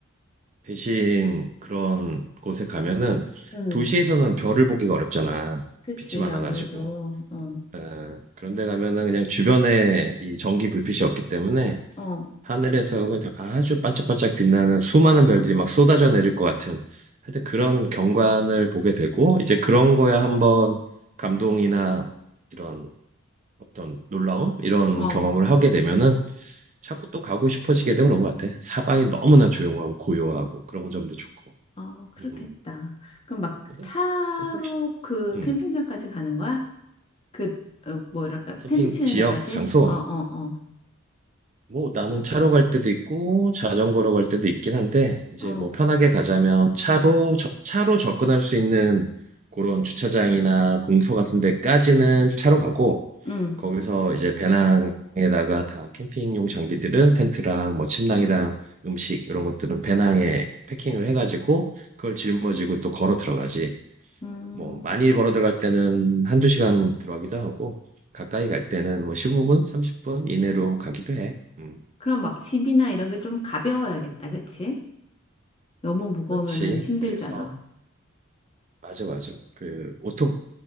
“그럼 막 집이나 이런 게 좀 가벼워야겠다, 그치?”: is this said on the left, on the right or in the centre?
Left